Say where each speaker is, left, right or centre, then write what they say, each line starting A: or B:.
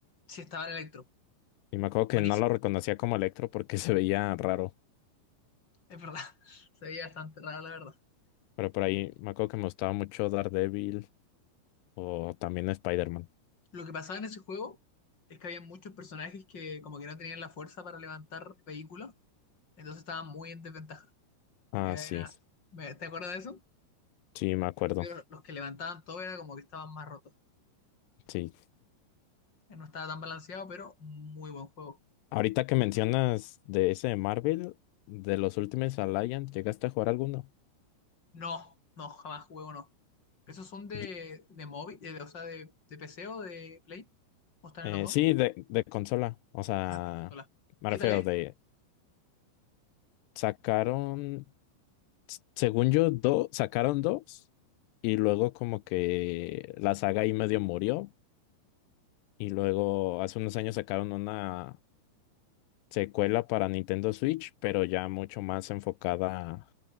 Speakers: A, on the left (about 25°); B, on the left (about 85°).
A: sí estaba el Electro.
B: Y me acuerdo
A: Buenísimo.
B: que no lo reconocía como Electro porque <laughs> se veía raro.
A: Es verdad. <laughs> Se veía bastante raro, la verdad.
B: Pero por ahí me acuerdo que me gustaba mucho Daredevil o también Spider-Man.
A: Lo que pasaba en ese juego es que había muchos personajes que como que no tenían la fuerza para levantar vehículos, entonces estaban muy en desventaja.
B: Ah,
A: Era,
B: sí,
A: me- ¿te acuerdas de eso?
B: sí, me
A: En
B: acuerdo.
A: cambio, los que levantaban todo era como que estaban más rotos.
B: Sí.
A: Eh, No estaba tan balanceado, pero muy buen juego.
B: Ahorita que mencionas de ese de Marvel, de los últimos Alliance, ¿llegaste a jugar alguno?
A: No, no, jamás jugué uno. ¿Esos son de,
B: Yo-
A: de móvil, de- de- o sea, de, de PC o de Play? ¿O están
B: eh,
A: en los dos?
B: sí, de, de consola. O sea,
A: Ah, te consola.
B: me
A: ¿Qué
B: refiero
A: tal es?
B: de sacaron, s- según yo, dos, sacaron dos y luego como que la saga ahí medio murió y luego hace unos años sacaron una secuela para Nintendo Switch, pero ya mucho más enfocada,